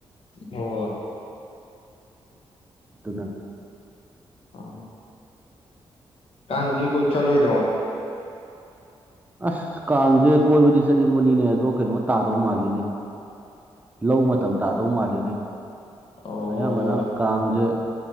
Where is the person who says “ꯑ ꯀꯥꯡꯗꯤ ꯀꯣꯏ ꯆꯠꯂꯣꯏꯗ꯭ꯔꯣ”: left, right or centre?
Left